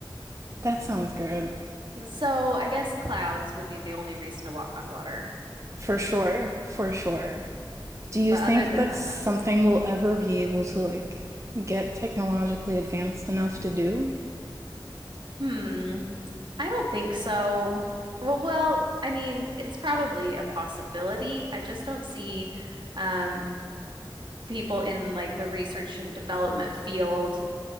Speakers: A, on the right; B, on the right.
A: That sounds good.
B: So I guess clouds would be the only reason to walk on water.
A: For sure, for sure. Do you
B: But
A: think
B: other than
A: that's
B: that,
A: something we'll ever be able to like get technologically advanced enough to do?
B: hmm. I don't think so. Well, well, I mean, it's probably a possibility. I just don't see um, people in like the research and development field